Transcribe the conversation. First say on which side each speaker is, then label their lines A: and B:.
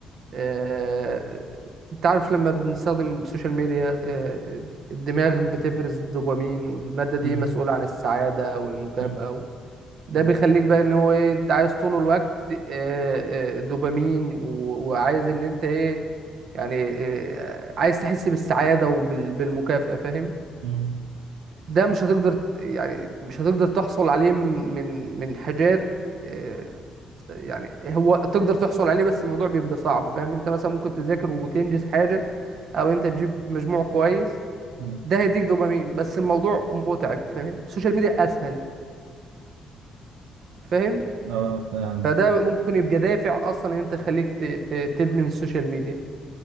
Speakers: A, on the right; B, on the right.
A: آه، انت عارف لما بنستخدم السوشيال ميديا آه، الدماغ بتفرز الدوبامين والمادة دي
B: مم.
A: مسؤولة عن السعادة والمكافأة
B: مم.
A: و- ده
B: مم.
A: بيخليك بقى ان هو ايه انت عايز طول الوقت آه، آه، دوبامين و- وعايز ان انت ايه يعني آه، عايز تحس بالسعادة وبالمكافأة فاهم
B: مم.
A: ده مش هتقدر ت- يعني مش هتقدر تحصل عليه من من من حاجات آه، يعني هو تقدر تحصل عليه بس الموضوع بيبقى صعب فاهم انت مثلا ممكن تذاكر وتنجز حاجة او انت تجيب مجموع كويس
B: مم.
A: ده هيديك دوبامين بس الموضوع متعب فاهم السوشيال ميديا اسهل فاهم
B: اه فعلا
A: فده ممكن يبقى دافع اصلا ان انت خليك ت- ت- تدمن السوشيال ميديا